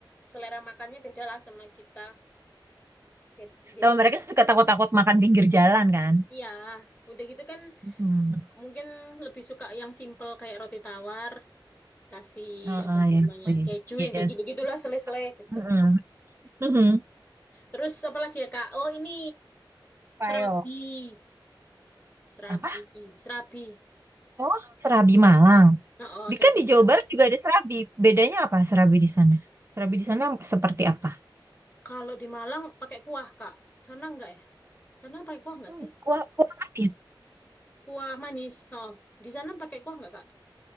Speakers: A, on the left; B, on the right.
A: selera makannya beda lah sama kita. Jadi, jadi
B: Sama mereka suka takut-takut makan pinggir jalan kan?
A: iya, udah gitu kan
B: Mm.
A: mungkin lebih suka yang simple kayak roti tawar, kasih
B: Oh,
A: apa
B: oh,
A: itu
B: ya
A: namanya,
B: sih.
A: keju
B: Yes.
A: yang kayak gitu-gitulah, selai-selai gitu.
B: Mm-mm. Mhm.
A: Terus apa lagi ya Kak? Oh ini serabi,
B: Payo.
A: serabi,
B: Apa?
A: serabi.
B: Oh, Serabi Malang.
A: Oh, oh,
B: Di
A: serabi
B: kan di Jawa
A: Malang.
B: Barat juga ada serabi. Bedanya apa serabi di sana? Serabi di sana seperti apa?
A: Kalau di Malang pakai kuah Kak. Sana enggak ya? Sana pakai kuah enggak
B: Hmm,
A: sih?
B: Kuah, kuah manis.
A: Kuah manis. Oh, di sana pakai kuah enggak Kak?